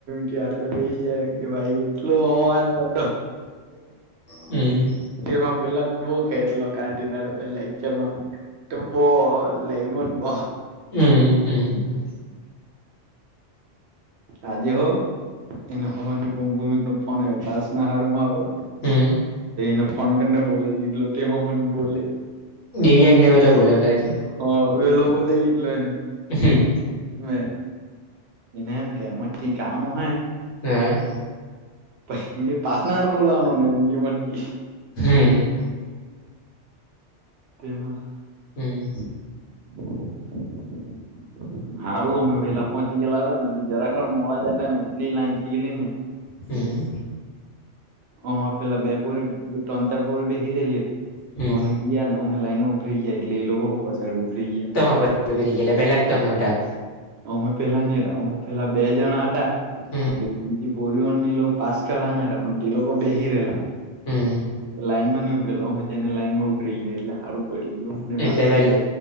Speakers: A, on the right; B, on the left.
A: કે આટલે બે જાય એમ કે ભાઈ એટલું હવાન બો.
B: હમ્મ
A: તેમાં પેલા બઉ ખેચ લો કાટી દડ લેકચરમાં. બ લઈ મનપ
B: હમ્મ હમ્મ
A: આજે હો એને હોવાની ભૂમિક નો ફન આવ પાસ ના હારમાં.
B: હમ્મ
A: ને ફોનને બોલે લીડ લોટેમ બોલે.
B: દિવ્યાંગ દેવેલા બોલાવલા છેે.
A: હ એવેલો બો લ લીધ લ એને
B: હમ હ.
A: હ એને એમ કે એમાં ક કામો હે.
B: હા.
A: પછ પસનાર બોલાવવાનો નેમ કે મગ.
B: હમ્મ
A: તેમસ.
B: હમ્મ
A: <unintelligible> હારું અમે ભેલા પહચી ગલાને જરાખડ મળ જ ને એટલી લાઈન થઈ ગલી ને.
B: હમ્મ
A: અમાં પેલા બેપોરી ત્રન ચાર પ બેસીી રહેલી હતી
B: હમ
A: અમ. ગયા ને અમે લાઈનો ઉભરા ગયા એટલે એ લોકો પાછડી ઉભરી ગયા.
B: તમે પછી ગેલા પેલા જ તમે ઉઠા
A: અમે પેલા નહ હતા અમે પેલા બે જણા હતા
B: હમ
A: પણ પે બીજી. પાસ કના પણ તે લોકો બેહી રહેલા
B: હમ
A: લાઈનમાં. મજાને લાઈન માં ઉભ રઈ ગયા એટલે સારું પડી ગય.
B: એટલે
A: બાખ
B: પેલું
A: બ